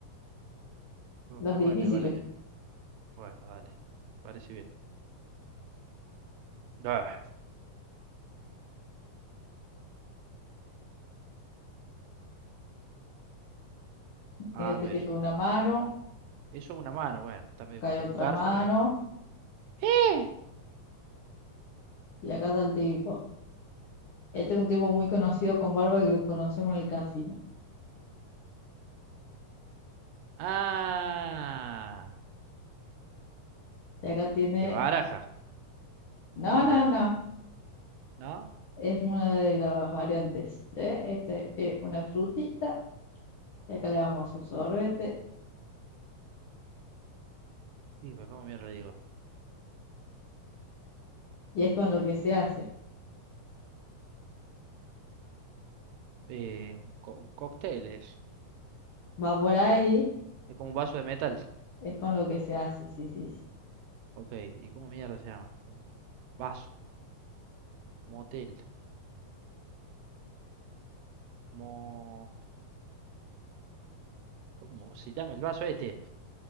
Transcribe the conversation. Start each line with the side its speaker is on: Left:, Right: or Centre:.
Right: Fue
Left: las
Right: fue
Left: difíciles.
Right: bueno igual el fin. Bueno, dale. Parece bien. Ah, a
Left: Fíjate
Right: ver.
Left: que tuve una mano,
Right: Eso una mano, bueno. También
Left: cae
Right: compré
Left: otra
Right: un garfio,
Left: mano,
Right: pero. ¡Eh!
Left: y acá está el tipo. Este es un tipo muy conocido con barba que lo conocemos en el casino.
Right: ¡Ah!
Left: Y acá tiene,
Right: ¡Qué baraja!
Left: no,
Right: Dealer,
Left: no, no,
Right: ¿no?
Left: es una de las variantes. ¿eh? Este es una frutita y acá le damos un sorbete
Right: Y pues, ¿cómo mierda le digo?
Left: y es con lo que se hace.
Right: Eh, un, co- un cóctel es.
Left: Va por ahí,
Right: Es como un vaso de metal.
Left: es con lo que se hace, sí, sí, sí.
Right: Ok, ¿y cómo mierda se llama? Un vaso. Motel. Mo... ¿Cómo se llama el vaso este?